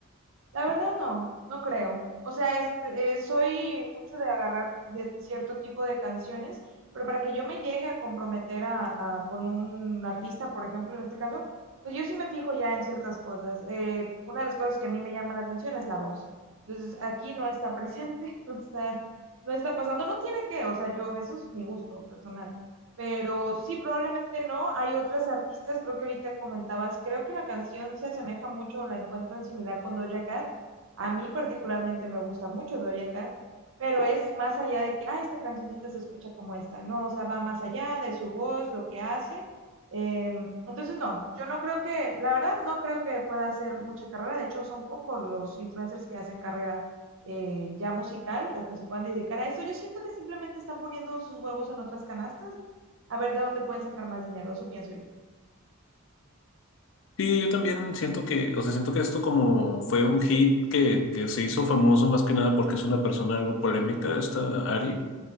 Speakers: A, on the right; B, on the left.
A: La verdad no, no creo. O sea, este, eh, soy mucho de agarrar de cierto tipo de canciones, pero para que yo me llegue a comprometer a, a- con un artista, por ejemplo, en este caso, pues yo sí me fijo ya en ciertas cosas. Eh, una de las cosas que a mí me llama la atención es la voz. Entonces, aquí no está presente, <laughs> no está, no está pasando, no tiene que, o sea, yo, eso es mi gusto personal. Pero sí, probablemente no. Hay otras artistas, creo que ahorita comentabas, creo que la canción se asemeja mucho o la encuentran similar con Doja Cat. A mí particularmente me gusta mucho Doja Cat, pero es más allá de que, ah, esta cancioncita se escucha como esta. No, o sea, va más allá de su voz, lo que hace. Em, entonces, no, yo no creo que, la verdad, no creo que pueda hacer mucha carrera. De hecho, son pocos los influencers que hacen carrera eh, ya musical o que se puedan dedicar a eso. Yo siento que simplemente están poniendo sus huevos en otras canastas a ver de dónde pueden sacar más dinero, eso pienso yo.
B: Sí, yo también siento que, o sea, siento que esto como fue un hit que, que se hizo famoso más que nada porque es una persona algo polémica, esta Ari.